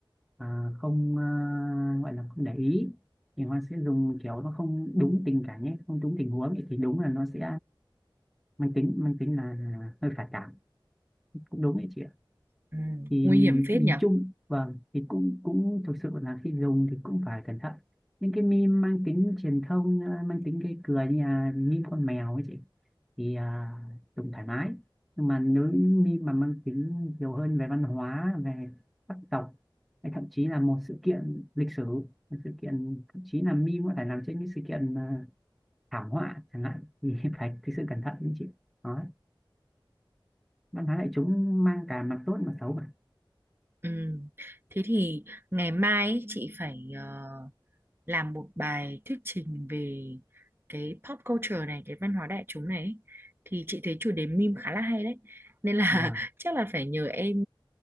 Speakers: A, in the centre; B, on the right.
A: à, không à, gọi là không để ý thì họ sẽ dùng kiểu nó không đúng tình cảnh ấy không đúng tình huống ấy, thì đúng là nó sẽ mang tính mang tính là hơi phản cảm cũng đúng đấy chị ạ
B: Ừ,
A: thì
B: nguy hiểm phết
A: nhìn
B: nhỉ.
A: chung vâng thì cũng cũng thực sự là khi dùng thì cũng phải cẩn thận những cái meme mang tính truyền thông à, mang tính gây cười như là meme con mèo ấy chị thì à, dùng thoải mái nhưng mà nếu những meme mà mang tính nhiều hơn về văn hóa về sắc tộc hay thậm chí là một sự kiện lịch sử một sự kiện thậm chí là meme có thể làm trên những sự kiện à, thảm họa chẳng hạn thì <laughs> phải thực sự cẩn thận đấy chị đó văn hóa đại chúng mang cả mặt tốt mặt xấu mà
B: Ừ. Thế thì ngày mai ấy, chị phải ờ, làm một bài thuyết trình về cái pop culture này, cái văn hóa đại chúng này ấy. Thì chị thấy chủ đề meme khá là hay đấy. Nên là
A: vâng
B: <laughs> chắc là phải nhờ em